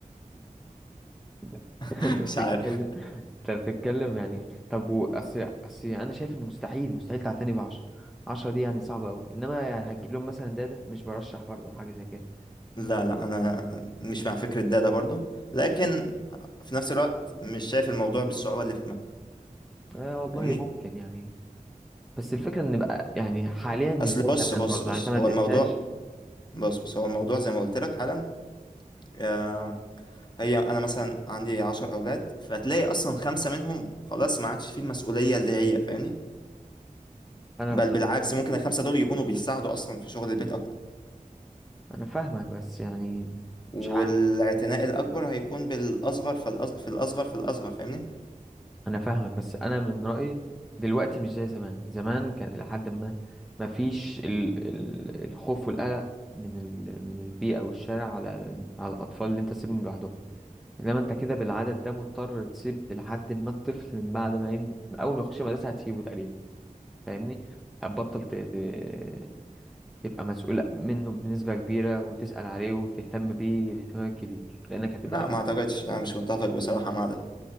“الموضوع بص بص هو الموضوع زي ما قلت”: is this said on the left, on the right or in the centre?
Left